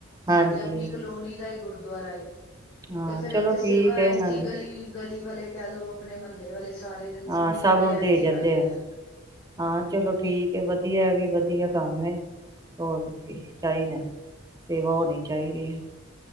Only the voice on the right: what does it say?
ਹਾਂਜੀ
ਹਾਂ
ਚਲੋ
ਠੀਕ ਹੈ
ਹਾਂਜੀ
ਹਾਂ ਸਭ
ਨੂੰ
ਦੇ
ਜਾਂਦੇ
ਹਾਂ, ਚਲੋ ਠੀਕ ਏ, ਵਧੀਆ ਐਵੀ ਵਧੀਆ। ਕੰਮ ਏ, ਹੋਰ ਕੀ ਚਾਈਦੈ, ਸੇਵਾ ਹੋਣੀ ਚਾਈਦੀ ਏ।